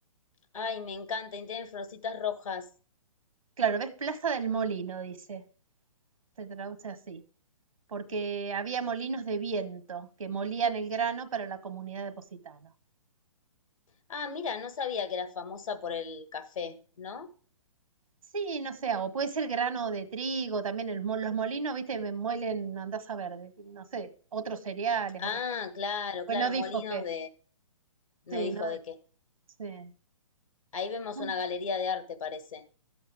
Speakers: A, on the left; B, on the right.
A: Ay, me encanta, y tienen florcitas rojas.
B: Claro, ves Plaza del Molino, dice. Se traduce así. Porque había molinos de viento que molían el grano para la comunidad de Positano.
A: Ah, mira, no sabía que era famosa por el café, ¿no?
B: Sí, no sé, o puede ser grano de trigo, también el mo- los molinos, viste, me muelen, no andás a ver, de- no sé, otros cereales,
A: Ah,
B: otras cosas.
A: claro,
B: Pues
A: claro,
B: no dijo
A: molinos
B: que,
A: de... No
B: sí,
A: dijo
B: no,
A: de qué.
B: sí.
A: Ahí vemos
B: Un-
A: una galería de arte, parece.